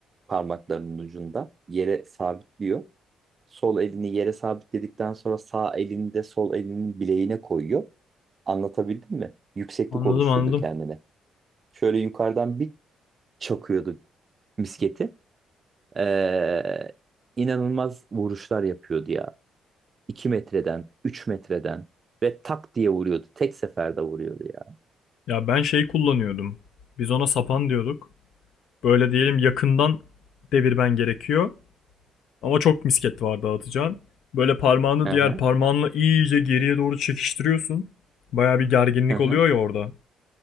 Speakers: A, on the right; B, on the left.
A: parmaklarının ucunda yere sabitliyor. Sol elini yere sabitledikten sonra sağ elini de sol elinin bileğine koyuyor. Anlatabildim mi? Yükseklik
B: Anladım
A: oluşturdu
B: anladım.
A: kendine. Şöyle yukarıdan bir çakıyordu misketi. Ee, inanılmaz vuruşlar yapıyordu ya. 2 metreden, üç metreden ve tak diye vuruyordu. Tek seferde vuruyordu ya.
B: Ya ben şey kullanıyordum. Biz ona sapan diyorduk. Böyle diyelim yakından devirmen gerekiyor. Ama çok misket var dağıtacağın. Böyle parmağını
A: Hı
B: diğer
A: hı,
B: parmağınla iyice geriye doğru çekiştiriyorsun. Baya bir gerginlik
A: hı hı,
B: oluyor ya orada.